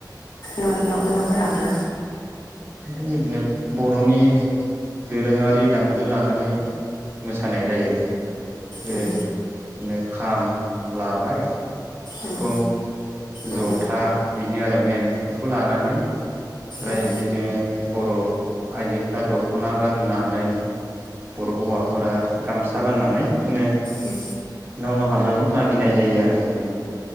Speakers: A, on the left (about 75°); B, on the right (about 30°).
A: ओ‌ न-न'खर न'खर हाबो।
B: जोंथिं इदिनो बर'नि दोरोङारि दामजु लानानै मोसानाय जायो। जेरै
A: उम
B: नो खाम लाबाय सिफुं,
A: उम उम
B: जथा
A: उम
B: बिदिनो आरो मेेन बेखौ लानानै ओमफ्राय
A: उम
B: बिदिनो बर' आइजोफ्रा दख'ना गाननानै बर‌' हौवाफोरा गामसा गाननानै बिदिनो
A: उम।
B: नाव नाव हाबनानै मागिनाय जायो आरो बिदिनो,